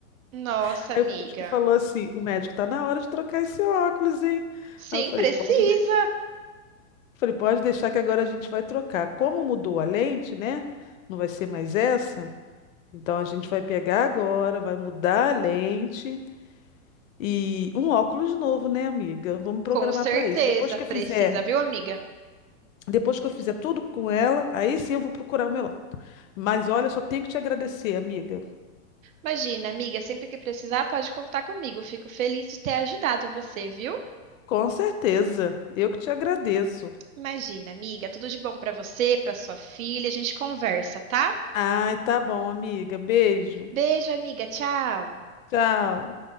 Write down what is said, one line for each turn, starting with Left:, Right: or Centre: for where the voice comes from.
Right: nossa,
Left: <laughs> Aí
Right: amiga.
Left: o médico falou assim: "O médico tá na hora de trocar esse óculos, hein?"
Right: Sim,
Left: Aí eu falei:
Right: precisa.
Left: "Pode, de- falei, pode deixar que agora a gente vai trocar. Como mudou a lente, né? Não vai ser mais essa. Então a gente vai pegar agora, vai mudar a lente e um óculos novo, né, amiga? Vamos programar
Right: Com certeza,
Left: para isso. Depois que
Right: precisa,
Left: eu fizer
Right: viu, amiga?
Left: Depois que eu fizer tudo com ela, aí sim eu vou procurar o meu lado. Mas olha, eu só tenho que te agradecer, amiga.
Right: Imagina, amiga, sempre que precisar, pode contar comigo. Fico feliz de ter ajudado você, viu?
Left: Com certeza. Eu que te agradeço.
Right: Imagina, amiga, tudo de bom pra você, pra sua filha. A gente conversa, tá?
Left: Ai, tá bom, amiga. Beijo.
Right: Beijo, amiga. Tchau.
Left: Tchau.